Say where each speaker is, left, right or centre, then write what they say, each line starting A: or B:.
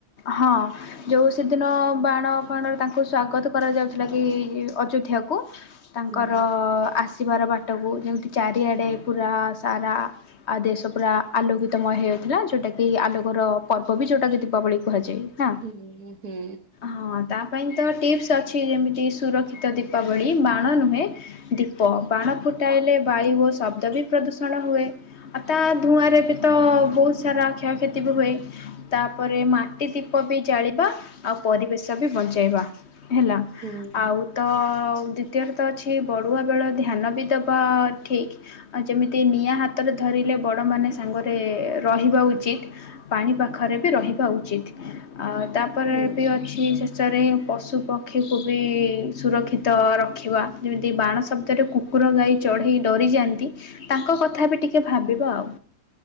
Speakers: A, on the left (about 50°); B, on the right (about 85°).
A: ହଁ ଯଉ ସେଦିନ ବାଣ ଫାଣରେ ତାଙ୍କୁ ସ୍ଵାଗତ କରାଯାଉଛି। ଥିଲା କିି <unintelligible> ଅଯୋଧ୍ୟାକୁ ତାଙ୍କର
B: ହୁଁ
A: ଆସିବାର ବାଟକୁ ଯେମିତି ଚାରିଆଡ଼େ ପୁରା ସାରା ଦେଶ ପୁରା ଆଲୋକିତମୟ ହେଇ ଯାଇଥିଲା ଯୋଉଟା କି ଆଲୋକର ପର୍ବ ବି ଯଉଟା କି ଦୀପାବଳି କୁହାଯାଏ। ନା।
B: ହୁଁ ହୁଁ
A: ହଁ ତା ପାଇଁ ତ ଟିପ୍ସ ଅଛି ଯେମିତି ସୁରକ୍ଷିତ ଦୀପାବଳି- ବାଣ ନୁହେଁ, ଦୀପ -ବାଣ ଫୁଟାଇଲେ ବାୟୁ ଓ ଶବ୍ଦ ବି ପ୍ରଦୂଷଣ ହୁଏ। ଆଉ ତା ଧୂଆଁ ରେ ବି ତ ବହୁତ ସାରା କ୍ଷୟକ୍ଷତି ବି ହୁଏ ତାପରେ ମାଟି ଦୀପ ବି ଜାଳିବା। ଆଉ ପରିବେଶ ବି ବଞ୍ଚାଇବା ହେଲା,
B: ହୁଁ
A: ଆଉ ତ ଆଉ ଦ୍ଵିତୀୟରେ ତ ଅଛି ବଢ଼ୁଆ ବେଳ ଧ୍ୟାନ ବି ଦେବା ଠିକ୍ ଆଉ ଯେମିତି ନିଆଁ ହାତ ରେ ଧରିଲେ ବଡ଼ମାନେ ସାଙ୍ଗରେ ରହିବା ଉଚିତ। ପାଣି ପାଖରେ ବି ରହିବା ଉଚିତ। ଆଉ ତାପରେ
B: ହୁଁ
A: ବି ଅଛି ଶେଷରେ ପଶୁ ପକ୍ଷୀକୁ ବି ସୁରକ୍ଷିତ ତ ରଖିବା ଯେମିତି ବାଣ ଶବ୍ଦରେ କୁକୁର ଗାଈ ଚଢ଼େଇ ଡରିଯାଆନ୍ତି ତାଙ୍କ କଥା ବି ଟିକେ ଭାବିବ ଆଉ